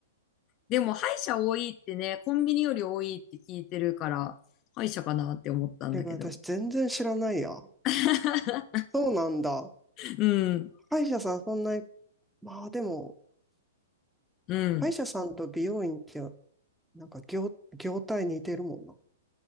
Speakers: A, on the left (about 35°); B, in the centre.
A: でも、歯医者多いってね、コンビニより多いって聞いてるから、歯医者かなって思ったんだけど。
B: てか私全然知らないや。
A: <laughs>
B: そうなんだ。
A: うん、
B: 歯医者さんそんなに、まあでも、
A: うん。
B: 歯医者さんと美容院ってなんか業、業態似てるもんな。